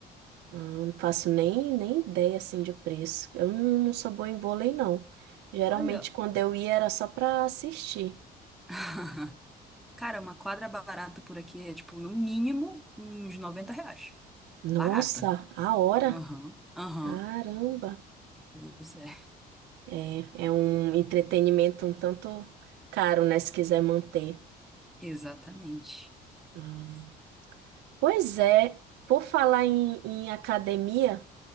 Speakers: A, on the right; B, in the centre.
A: Ah, não faço nem, nem ideia assim de preço. Eu não, não sou boa em vôlei, não. Geralmente
B: Olha.
A: quando eu ia era só para assistir.
B: <laughs> Cara, uma quadra barata por aqui é tipo, no mínimo, uns 90 reais.
A: Nossa,
B: Barata.
A: a hora!
B: Aham, aham.
A: Caramba!
B: Pois é,
A: É, é um entretenimento um tanto caro, né, se quiser manter.
B: exatamente.
A: Hum. Pois é, por falar em, em academia,